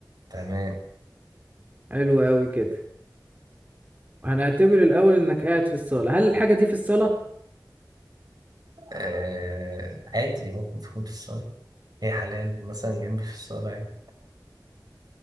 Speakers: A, on the right; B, on the right.
A: تمام
B: حلو قوي كده هنعتبر الاول انك قاعد في الصالة هل الحاجة دي في الصالة
A: آه... عادي ممكن تكون في الصالة هي حاليا مثلا جنبي في الصالة يعني